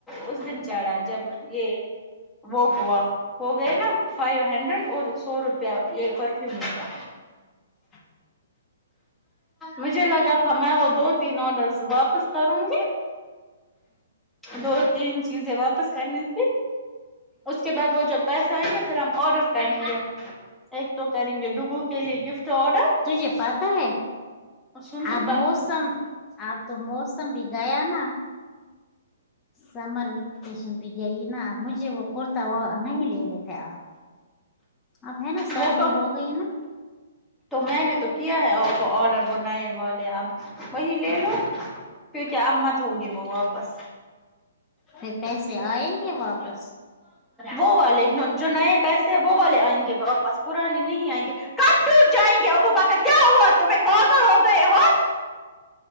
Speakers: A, in the centre; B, on the left (about 20°).
A: اس دن چڑھا جب یہ وہ ہوا ہو گئے نا فائیو ہنڈریڈ اور سو روپیہ یہ پرفیومو کا
B: ا
A: مجھے لگا تھا میں وہ دو تین آڈرس واپس کروں گی دو تین چیزیں واپس کرنی تھی اس اس کے بعد وہ جب پیسے آئیں گے پھر ہم آڈر کریں گے ایک تو کریں گے ڈوگو کے لیے گفٹ آڈر
B: تجھے پاتا ہے
A: سن تو
B: آپ
A: پا
B: موسم آپ تو موسم بھی گیا نا سمر ویکیشن بھی گئی نا مجھے وہ کرتا وہ نہیں لینے تھے آپ اب ہے نا سردی
A: وہ کا
B: ہو گئی نا
A: تو میں نے تو کیا ہے آ پ کو آڈر وہ نئے والے اب وہی لے لو کیونکہ اب مت ہوں گے وہ واپس
B: پھر پیسے آئیں گے واپس
A: وہ والے جو نئے پیسے وہ والے آئیں گے واپس پرانے نہیں آئیں گے کب ٹوٹ جائیں گے ابو بکر کیا ہوا تمہیں پاگل ہو گئے ہو